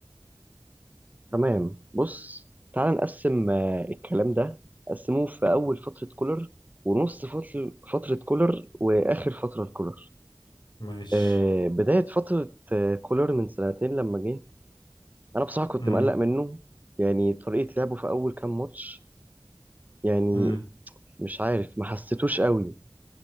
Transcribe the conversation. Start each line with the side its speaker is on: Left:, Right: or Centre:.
Right: تمام بص تعال نقسم آه، الكلام ده قسموه في اول فتره كولر ونص فتر- فتره كولر واخر فتره لكولر
Left: ماشي
Right: آه، بدايه فتره آه، كولر من سنتين لما جه انا بصراحه كنت
Left: امم
Right: مقلق منه يعني طريقه لعبه في اول كام ماتش يعني
Left: امم
Right: مش عارف ما حسيتوش قوي